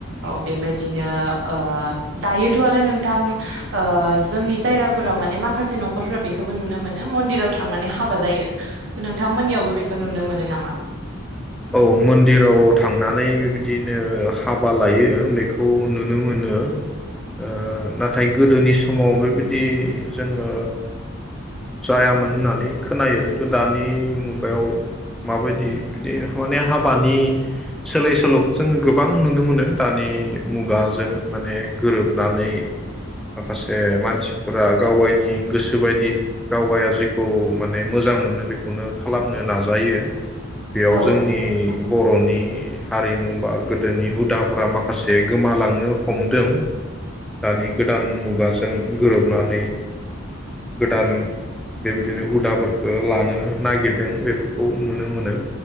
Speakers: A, on the right; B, in the centre.
A: औ। बेबायदिनो ओ दायोथ' आरो नोंथां ओ जोंनि जायगाफोराव माने माखासे न'खरफोरा बेखौबो नुनो मोनो मन्दिराव थांनानै हाबा जायो स' नोंथांमोननियावबो बेखौ नुनो मोनो नामा?
B: औ मन्दिराव थांनानै बेबायदिनो हाबा लायो बेखौ नुनो मोनो ओ नाथाय गोदोनि समाव बेबायदि जोङो जायामोन होननानै खोनायो खिन्थु दानि मुगायाव माबायदि बिदि माने हाबानि सोलाय सोल'खौ जोङो गोबां नुनो मोनो दानि मुगाजों माने गोरोबनानै माखासे मानसिफोरा गावगायनि गोसो बायदि गावगाया जिखौ माने मोजां मोनो बेखौनो खालामनो नाजायो बे जोंनि
A: औ नंगौ नोंथां
B: बर'नि हारिमु बा गोदोनि हुदाफोरा माखासे गोमालांनो हमदों दानि गोदान मुगाजों गोरोबनानै गोदान बेबिदिनो हुदाफोरखो लानो नागिरदों बेफोरखौ नुनो मोनो।